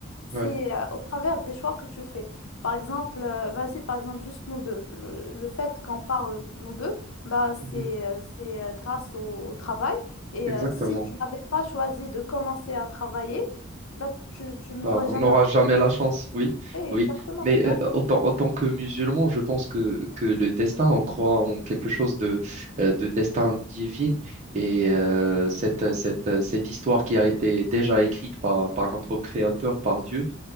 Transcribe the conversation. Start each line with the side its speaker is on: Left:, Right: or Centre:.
Left: c'est
Right: ouais.
Left: euh, au travers des choix que tu fais par exemple, euh, vas-y, par exemple, juste nous deux. Le, le fait qu'on parle nous deux, bah, c'est,
Right: Mhm,
Left: euh, c'est euh, grâce au, au travail. Et
Right: Exactement.
Left: euh, si tu n'avais pas choisi de commencer à travailler, bah, tu, tu ne
Right: Bah,
Left: l'aurais
Right: on
Left: jamais
Right: n'aura
Left: entendu.
Right: jamais la chance, oui,
Left: Exactement,
Right: oui. Mais
Left: tu vois.
Right: euh, autant, autant que musulman, je pense que, que le destin, on croit en quelque chose de, euh, de destin divin. Et euh, cette, cette, cette histoire qui a été déjà écrite par, par notre Créateur, par Dieu,